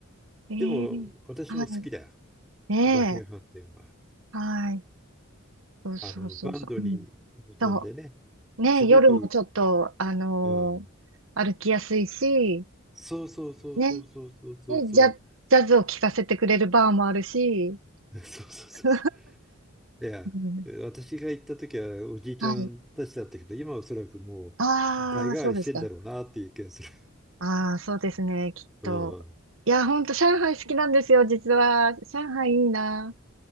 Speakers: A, on the right; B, in the centre.
A: ええ
B: でも、私も好きだよ。
A: はい。ね
B: 和平飯店は。
A: え。はい。そうそうそうそう。
B: あの、バンドに臨んでね、
A: うん。そう。ね、
B: すごく、
A: 夜もちょっと、あのー歩きやすいし、
B: うん。そうそうそうそうそうそうそうそう。
A: ね、で、ジャ、ジャズを聴かせてくれるバーもあるし、
B: <laughs> そうそうそうそ
A: <laughs> う
B: う。いや、
A: ん
B: 私が行った時はおじいちゃんたちだったけど、
A: はい。
B: 今はおそらくもう代替わりしてんだろうなっていう気がする。
A: ああ、そうですか。ああ、そうですね、きっと。
B: うん。
A: いや、ほんと、上海好きなんですよ、実は。上海いいな。